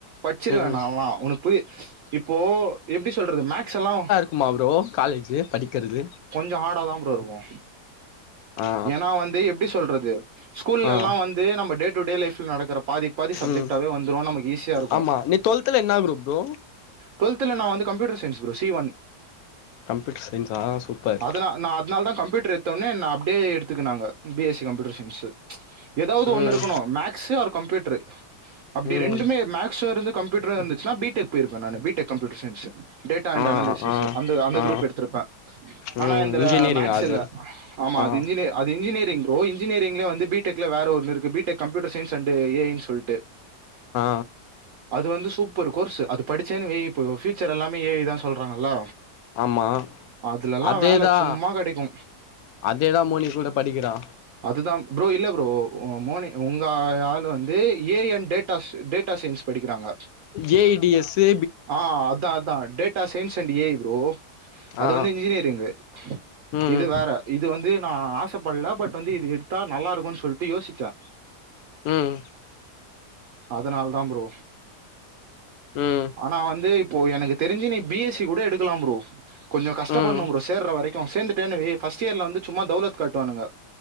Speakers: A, on the right (about 60°); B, on the left (about 70°).
A: பச்சிருவே
B: ம்
A: நால்லா உனக்கு புரி இப்போ எப்டி சொல்றது மேக்ஸ் எல்லா
B: சும்மா ப்ரோ காலேஜ்ஜு படிக்கிறது
A: கொஞ்சோ ஹாடாதா ப்ரோ இருக்கு
B: ஆ
A: ஏன்னா வந்து எப்டி சொல்றது ஸ்கூல்லல்லா
B: ஆ
A: வந்து நம்ம டே டூ டே லைஃப்ல நடக்கற பாதி பாதி சப்ஜெக்ட்டாவே
B: ம்
A: வந்துரு நமக்கு ஈஸியா இருக்கு
B: ஆமா நீ டுவெல்த்ல என்ன குரூப் ப்ரோ
A: டொல்த்துல நா வந்து computer science bro C one
B: computer சயின்ஸா சூப்பர்
A: அதனா நா அதனால தா கம்ப்யூட்ரு எத்தோன்னே ந அப்டே எடுத்துக்கனாங்க B S C computer science ஏதாவது
B: ம்
A: ஒண்ணு இருக்குணு மேக்ஸ்ஸு ஆர் கம்ப்யூட்ரு அப்டி
B: ம்
A: ரெண்டுமே மேக்ஸ்ஸு இருந்து கம்ப்யூட்ரு இருந்துச்சுனா பீ டெக் போய்ருப்ப நானு B tech computer science data அண்ட்
B: ஆ
A: அனாலிசிஸ்ஸு
B: ஆ
A: அந்த அந்த
B: ஆ
A: குரூப் எடுத்திருப்ப
B: ம்
A: ஆனா என்ந்துல
B: இன்ஜினியரிங்கா
A: மேக்ஸ்
B: அது
A: இல்ல ஆமா
B: ஆ
A: அது இன்ஜினே அது இன்ஜினியரிங் ப்ரோ இன்ஜினியேரிங்லே வந்து பி டெக்ல வேற ஒன்னு இருக்கு B tech computer science and A ஐனு சொல்ட்டு
B: ஆ
A: அது வந்து சூப்பர் கோர்சு அது படிச்சேன்னு வை இப்போ ஃபியூச்சர் எல்லாமே ஏ ஐதா சொல்றாங்கல்ல
B: ஆமா
A: அதுலல்லா
B: அதேதா
A: வேல சும்மா கடைக்கு
B: அதேதா மோனிக் கூட படிக்கிறா
A: அதுதா ப்ரோ இல்ல ப்ரோ மோனி உங்க ஆளு வந் து A and datas data science படிக்கிறாங்க
B: ஜே டி எஸ்ஸு
A: ஆ அதா அதா bro data science and A I bro அது
B: ஆ
A: வந்து இன்ஜினியரிங்கு
B: ம்
A: இது வேற இது வந்து நா ஆசப்படல பட் வந்து இது எடுத்தா நல்லா இருக்கு சொல் டு யோசிச்சா
B: ம்
A: அதனால தா ப்ரோ
B: ம்
A: ஆனா வந்து இப்போ எனக்கு தெரிஞ்சு நீ பி எஸ் சி கூட எடுக்கலாம் ப்ரோ கொஞ்சோ கஷ்ட
B: ம்
A: பட்ணு ப்ரோ சேர்ற வரைக்கும் சேர்ந்துட்டனு வை ஃபஸ்ட் இயர்ல வந்து சும்மா தௌலத் காட்டுவானுங்க